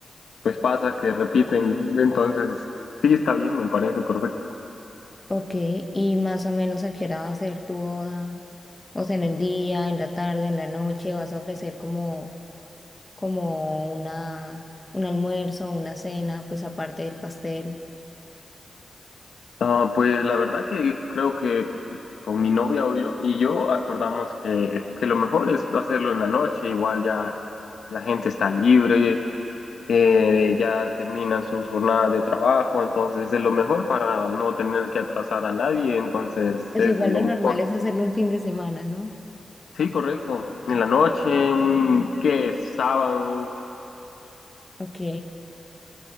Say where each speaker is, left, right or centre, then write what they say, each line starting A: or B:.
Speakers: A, on the left; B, on the left.
A: pues pasa que repiten, entonces sí está bien, me parece perfecto.
B: Ok, y más o menos a qué hora va a ser tu boda, o sea, en el día, en la tarde, en la noche, vas a ofrecer como, como una, un almuerzo, una cena, pues aparte del pastel.
A: Ah, pues la verdad que creo que con mi novia o yo, y yo acordamos que, que lo mejor es hacerlo en la noche, igual ya la gente está libre, eh, ya terminan sus jornadas de trabajo, entonces es lo mejor para no tener que atrasar a nadie, entonces
B: Pues
A: es
B: igual
A: lo
B: lo normal
A: mejor.
B: es hacerlo un fin de semana, ¿no?
A: Sí, correcto. En la noche, un qué sábado.
B: Ok,